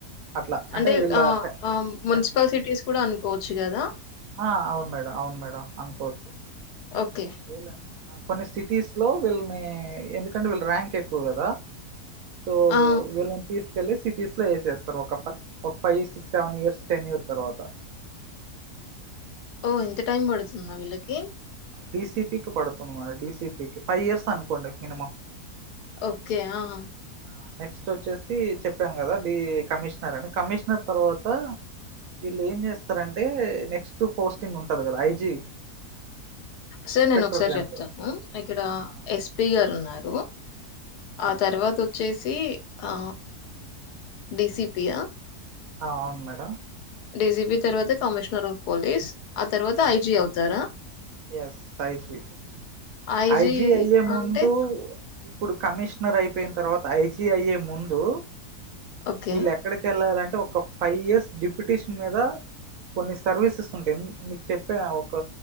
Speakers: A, on the right; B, on the left.
A: అట్లా
B: అంటే
A: వీళ్ళ
B: ఆ
A: క-
B: ఆ మున్సిపల్
A: ఎక్స్-
B: సిటీస్ ఇప్పుడు అనుకోవచ్చు కదా
A: ఆ అవును మేడం అవును మేడం అనుకోవచ్చు
B: ఓకే.
A: వెళను కొన్ని సిటీస్ లో వీళ్ళని ఎందుకంటే వీళ్ళ ర్యాంక్ ఎక్కువ కదా సో
B: ఆ!
A: విలనీ తీస్ కి వెళ్ళలి సిటీస్ లో వేసేస్తారు ఒక ఫై్ ఒక five six seven years ten year తర్వాత
B: ఓ ఇ <unintelligible> టైం పడుతుందా వీళ్ళకి
A: డిసిపీకి పడుతుంది మేడం డీసిపీకి ఫైవ్ ఇయర్స్ అనుకోండి మినిమం
B: ఓకే ఆహా
A: హ నెక్స్ట్ వచ్చేసి చెప్పాం కదా కమిషనర్ అని కమిషనర్ తర్వాత వీళ్ళు ఏం చేస్తారంటే నెక్స్ట్ పోస్టింగ్ ఉంటది కదా ఐజీ
B: సో
A: ఇన్స్పెక్టర్
B: నేను ఒకసారి
A: జనరల్
B: చెప్తాను ఇక్కడ
A: ఆ
B: ఎస్పీ గారు ఉన్నారు <inaudible>
A: అవును
B: ఆ తర్వాత
A: మేడం
B: వచ్చేసి ఆ డిసిపియా
A: ఆ అవును మేడం
B: డీజీపీ తర్వాత కమిషనర్ ఆఫ్ పోలీస్ ఆ తర్వాత
A: యాస్
B: ఐజీ అవుతారా?
A: Yes I. G
B: IG
A: I. G అయ్యే
B: అంటే
A: ముందు ప్పుడు కమిష్నర్ అయిపోయిన తర్వాత ఐ. జీ అయ్యే ముందు.
B: ఓకే.
A: వీల్లేక్కడికి వెళ్ళాలంట్ టే ఒక ఫైవ్ ఇయర్స్ డిప్యుటేషన్ మీద కొన్ని సర్వీసెస్ ఉంటాయి. మ్మ్ చెప్పా ఒక